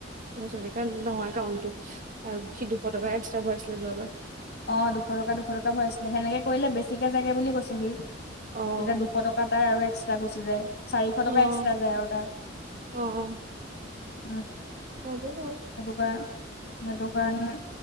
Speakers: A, on the right; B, on the left.
A: ণে নহয় একাউণ্টটো আৰু সি দুশ টকা এক্সট্ৰা ভৰাইছে যোৱাবাৰ
B: অ', দুশ টকা দুশ টকা ভৰাইছিলে সেনেকে কৰিলে বেছিকে জাগে বুলি কৈছে সি।
A: অ',
B: তেতিয়া দু দুশ টকা তাৰ আৰু এক্সট্ৰা গুচি যায়, চাৰিশ
A: অ',
B: টকা এক্সট্ৰা যায় আৰু তাৰ।
A: অ',
B: উম।
A: হ'ব বাৰু।
B: সেইটো কাৰ সেইটো কাৰণে